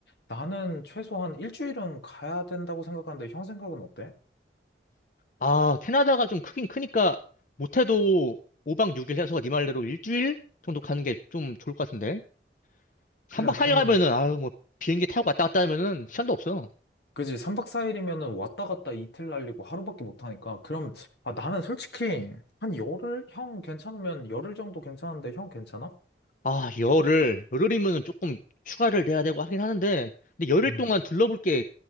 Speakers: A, on the left; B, on the left.
A: 나는 최소한 일주일은 가야 된다고 생각하는데 형 생각은 어때?
B: 아, 캐나다가 좀 크긴 크니까 못해도 5박 6일 해서 네 말대로 일주일 정도 가는 게 좀 좋을 것 같은데. 3박
A: 그래,
B: 4일
A: 그러면
B: 가면은 아유 뭐 비행기 타고 왔다 갔다 하면은 시간도 없어.
A: 그지 3박 4일이면은 왔다 갔다 이틀 날리고 하루밖에 못 하니까 그럼 아 나는 솔직히 한 열흘 형 괜찮으면 열흘 정도 괜찮은데 형 괜찮아?
B: 아, 열흘. 열흘이면은 조금 휴가를 내야 되고 하긴 하는데 근데 열흘
A: 음.
B: 동안 둘러볼 게